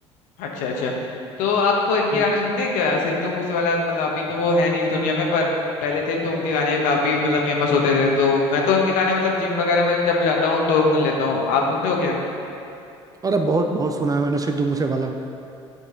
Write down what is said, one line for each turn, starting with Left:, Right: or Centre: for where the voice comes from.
Left: अच्छा अच्छा तो आप इनके
Right: हम्म,
Left: गाने सुनते हैं क्या सिद्धू मूसेवाला मतलब अभी तो वो है नहीं इस दुनिया में पर पहले थे तो उनके गाने काफी मतलब फेमस होते थे तो मैं तो उनके गाने मतलब जिम वगैरह में जब जाता हूँ तो सुन लेता हूँ आप सुनते हो क्या
Right: अरे बहुत बहुत सुना है मैंने सिद्धू मूसे वाला